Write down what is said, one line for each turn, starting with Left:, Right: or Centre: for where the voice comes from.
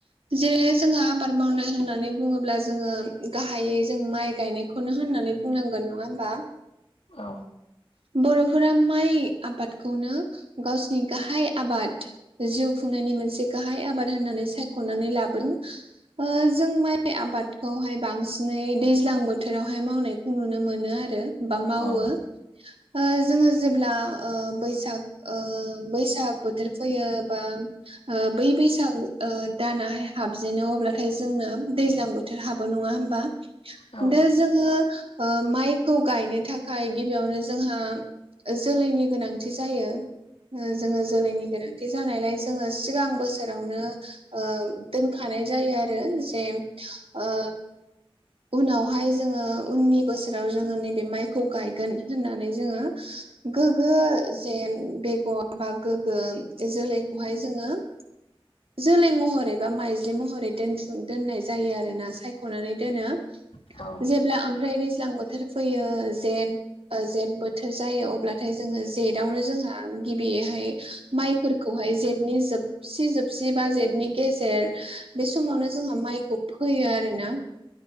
Right: जे जोंङो आबाद मावनाय होननानै बुङोब्ला जोङो गाहायै जों माइ गायनायखौनो होननानै बुंनांगोन नङा होमबा
Left: औ
Right: बर'फोरा माइ आबादखौनो गावसिनि गाहाय आबाद जिउ खुंनायनि मोनसे गाहाय आबाद होननानै सायख'नानै लाबोदों। ओ जों माइ आबादखौहाय बांसिनै दैज्लां बोथोरावहाय मावनायखौ नुनो मोनो आरो बा मावो
Left: औ
Right: ओ जोङो जेब्ला ओ बैसाग ओ बैसाग बोथोर फैयो बा ओ बै बैसाग ओ दानाहाय हाबजेनो अब्लाथाय जोंना दैज्लां बोथोर हाबो नङा होमबा
Left: औ
Right: दा जोङो ओ माइखौ गायनो थाखाय गिबियावनो जोंहा जोलैनि गोनांथि जायो ओ जोङो जोलैनि गोनां बि जानायलाय जोङो सिगां बोसोरावनो ओ दोनखानाय जायो आरो जे ओ उनावहाय जोङो उननि बोसोराव जोङो नैबे माइखौ गायगोन होननानै जोङो गोग्गो जे बेगर बा गोग्गो जोलैखौहाय जोङो जोलै महरै बा माइज्लि महरै दोनथुम दोननाय जायो आरोना सायख'नानै दोनो
Left: औ
Right: जेब्ला ओमफ्राय दैज्लां बोथोर फैयो जेन ओ जेठ बोथोर जायो अब्लाथाय जोङो जेटावनो जोंहा गिबिहाय माइफोरखौहाय जेठनि जोबसि जोब जि बा जेटनि गेजेर बे समावनो जोंहा माइखौ फोयो आरो ना